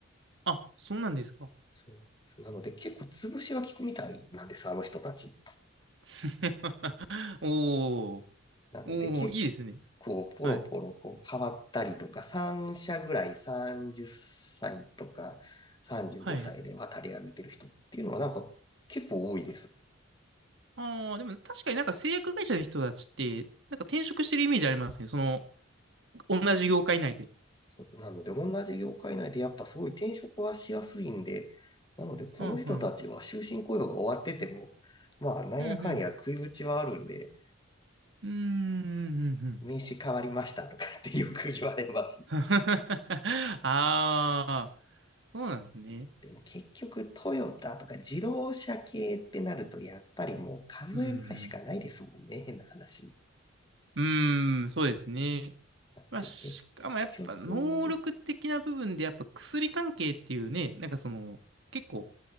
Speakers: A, on the right; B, on the left.
A: あ、そうなんですか。
B: そうなんです。なので結構潰しは効くみたいなんです、あの人たち。
A: <laughs> おー、
B: なので結
A: おー、いいですね。
B: 構ポロポロこう変わったりとか、
A: はい。
B: 3社ぐらい30歳とか35歳で渡り歩いてる人っていうのはなんか結構多いです。
A: はい。ああ、でも確かになんか製薬会社の人たちって、なんか転職してるイメージありますね。その、同じ業界内で。
B: そうなので同じ業界内でやっぱすごい転職はしやすいんで、なのでこの人たちは終身雇用が終わってても、
A: うん、うん。
B: まあなんやかんや食いぶちはあるんで、
A: うん、うん。うーん、うん、うん。
B: 名刺変わりましたとかってよく言われます。
A: <laughs> うんああ、そうなんですね。
B: でも結局トヨタとか自動車系ってなるとやっぱりもう数えぐらいしかないですもんね、
A: うん、
B: 変な話。
A: うん。うーん、そうですね。
B: なんで結局、
A: まあ、しかもやっぱ能力的な部分でやっぱ薬関係っていうね、なんかその、結構